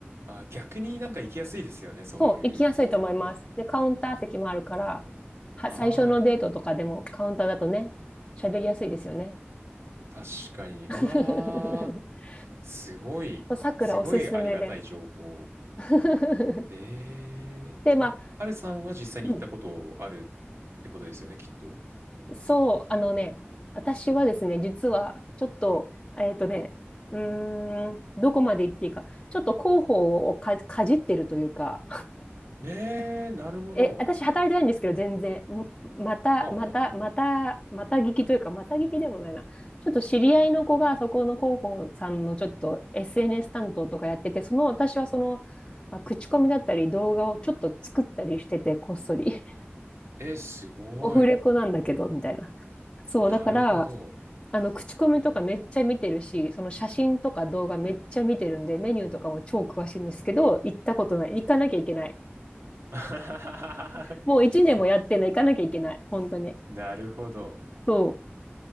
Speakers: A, on the right; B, on the left.
A: あ、逆になんか行きやすいですよね、そういう方が。
B: そう、行きやすいと思います。で、カウンター席もあるから、は、
A: ああ、
B: 最初のデートとかでもカウンターだとね、喋りやすいですよね。
A: 確かに。
B: <laughs>
A: うわー、すごい、
B: そうさくらおすすめです。
A: すごいありがたい情報。
B: <laughs>
A: えええ、
B: で、まあ、
A: ハルさんは実際に行ったことある
B: うん、
A: ってことですよね、きっと。
B: そう、あのね、私はですね、実は、ちょっと、えっとね、うーん、どこまで行っていいか、ちょっと広報をか、かじってるというか、
A: ええなるほど。
B: え、私働いてないんですけど、全然。んまた、
A: はあ、
B: また、
A: はあはあはあ、
B: また、また聞きというか、また聞きでもないな。ちょっと知り合いの子が、そこの広報さんのちょっと SNS 担当とかやってて、その私はその、まあ、口コミだったり動画をちょっと作ったりしてて、こっそり。<laughs>
A: えすごい。
B: オフレコなんだけど、みたいな。そう、
A: なるほど。
B: だから、あの、口コミとかめっちゃ見てるし、その写真とか動画めっちゃ見てるんで、メニューとかも超詳しいんですけど、行ったことない。行かなきゃいけない。
A: <laughs>
B: もう一年もやってんの行かなきゃいけない。本当に。
A: なるほど。
B: そう。